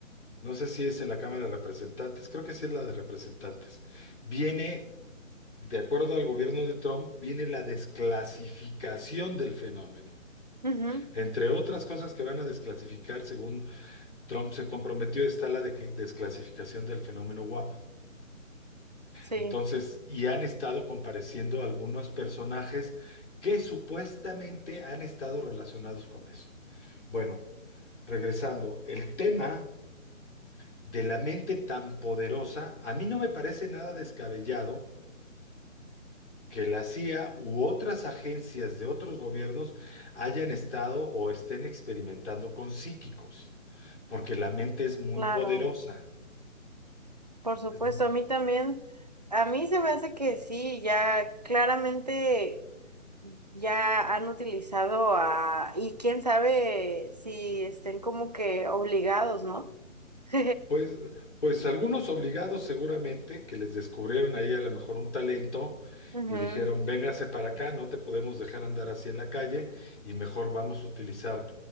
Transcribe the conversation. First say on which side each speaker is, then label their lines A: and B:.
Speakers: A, on the left; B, on the right.
A: No sé si es en la Cámara de Representantes, creo que sí es la de Representantes. Viene De acuerdo al gobierno de Trump, viene la desclasificación del fenómeno.
B: Ujú, ujú,
A: Entre otras cosas que van a desclasificar, según Trump se comprometió, está la de- desclasificación del fenómeno WAP.
B: Sí,
A: Entonces, y han estado compareciendo algunos personajes que supuestamente han estado relacionados con eso. Bueno, regresando, el tema de la mente tan poderosa, a mí no me parece nada descabellado que la CIA u otras agencias de otros gobiernos hayan estado o estén experimentando con psíquicos, porque la mente es muy
B: claro.
A: poderosa.
B: Por supuesto,
A: Es-
B: a mí también. A mí se me hace que sí, ya claramente ya han utilizado a... Y quién sabe si estén como que obligados, ¿no? <laughs>
A: Pues, pues algunos obligados seguramente que les descubrieron ahí a lo mejor un talento
B: Ujú,
A: y dijeron, véngase para acá, no te podemos dejar andar así en la calle y mejor vamos a utilizar